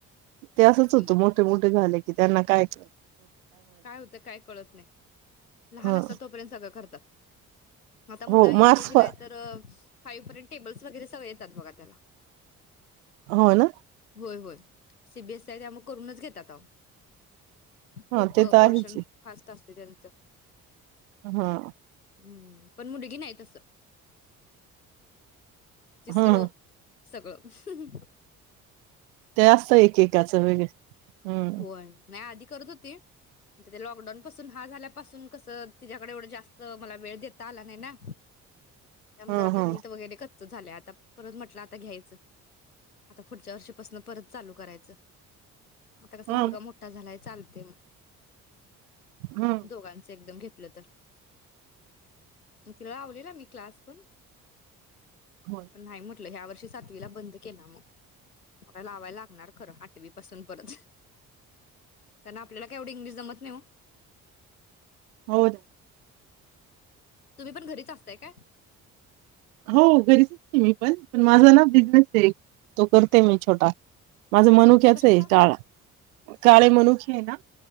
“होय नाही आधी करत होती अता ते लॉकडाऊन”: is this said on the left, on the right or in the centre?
Left